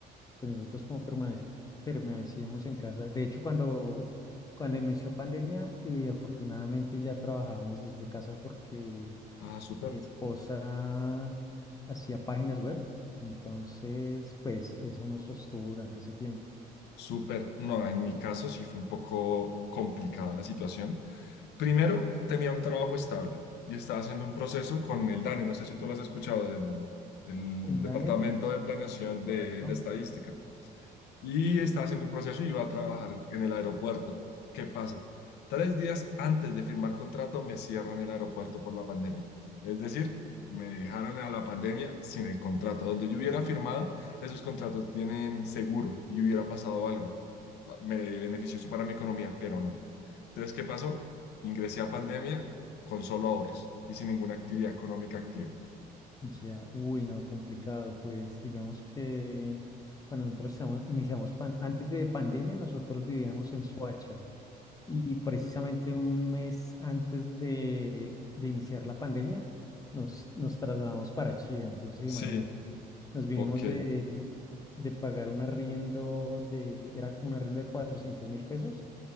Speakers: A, on the left; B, on the left.
A: pues nosotros como permaneci- permanecimos en casa. De hecho, cuando, cuando inició pandemia, eh, afortunadamente ya trabajábamos desde casa porque
B: Ah, súper.
A: mi esposa hacía páginas web. Entonces, pues eso nos sostuvo durante ese tiempo.
B: Súper, no, en mi caso sí fue un poco complicada la situación. Primero, tenía un trabajo estable y estaba haciendo un proceso con el DANE, no sé si tú lo has escuchado, del, el
A: El DANE,
B: Departamento de Planeación
A: sí, correcto.
B: de, de Estadística y estaba haciendo un proceso y iba a trabajar en el aeropuerto. ¿Qué pasa? Tres días antes de firmar contrato me cierran el aeropuerto por la pandemia. Es decir, me dejaron a la pandemia sin el contrato. Donde yo hubiera firmado, esos contratos tienen seguro y hubiera pasado algo. Ah, Me benefició eso para mi economía, pero no. Entonces, ¿qué pasó? Ingresé a pandemia con solo ahorros y sin ninguna actividad económica activa.
A: Ya, uy, no, complicado. Pues digamos que cuando nosotros iniciamos, iniciamos pan- antes de pandemia, nosotros vivíamos en Suacha y precisamente un mes antes de, de iniciar la pandemia, nos, nos trasladamos para Chía. Entonces,
B: Sí,
A: imagínate, nos vinimos
B: ok,
A: de, de pagar un arriendo de, era como un arriendo de cuatrocientos mil pesos,